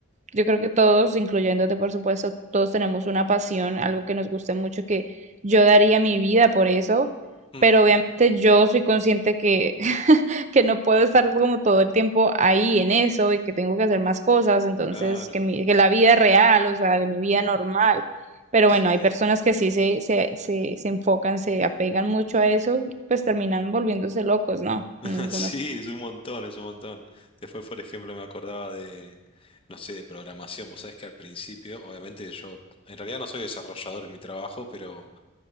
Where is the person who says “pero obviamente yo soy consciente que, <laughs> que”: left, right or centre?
Right